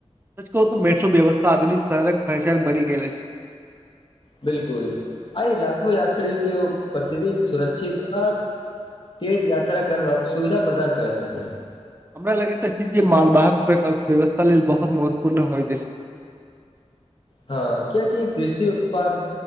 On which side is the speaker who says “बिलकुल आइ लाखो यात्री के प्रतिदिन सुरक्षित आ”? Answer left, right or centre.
Left